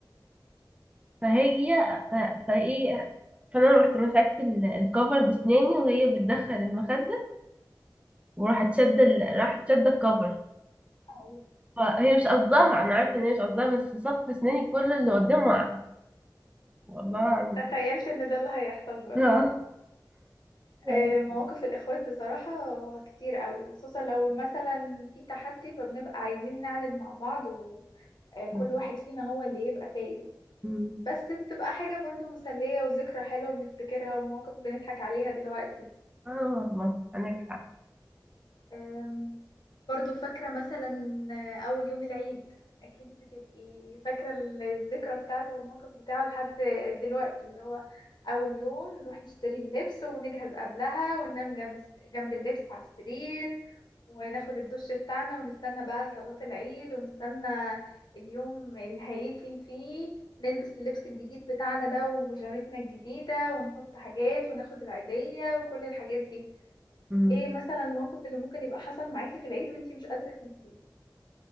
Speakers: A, on the right; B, on the left.
A: فهي ف- فايه فانا رحت مسكت ال- الكفر بسناني وهي بتدخل المخده وراحت شاده ال- راحت شاده الكفر
B: <laughs> أيوة.
A: فهي مش قصدها انا عارفه ان هي مش قصدها بس صف سناني كله اللي قدامه وقع والله العظيم
B: تخيلت ان ده اللي هيحصل برضه
A: <laughs> آه. بس.
B: آه، مواقف الاخوات بصراحة كتير قوي وخصوصا لو مثلا في تحدي فبنبقى عايزين نعند مع بعض وكل
A: آه.
B: واحد فينا هو اللي يبقى فايز
A: مم.
B: بس بتبقى حاجة برضه مسلية وذكرى حلوة بنفتكرها ومواقف بنضحك عليها دلوقتي
A: اه والله عندك حق
B: أم، برضو فاكرة مثلا آه، أول يوم العيد أكيد بتبقي فاكرة الذكرى بتاعته والموقف بتاعه لحد دلوقتي اللي هو أول يوم نروح نشتري اللبس ونجهز قبلها وننام جنب جنب اللبس على السرير وناخد الدش بتاعنا ونستنى بقى صلاة العيد ونستنى اليوم اللي هيجي فيه نلبس اللبس الجديد بتاعنا ده وبيجامتنا الجديدة ونحط حاجات وناخد العيدية وكل الحاجات دي
A: مم.
B: ايه مثلا الموقف اللي ممكن يبقى حصل معاكي في العيد وانتي مش قادرة تنسيه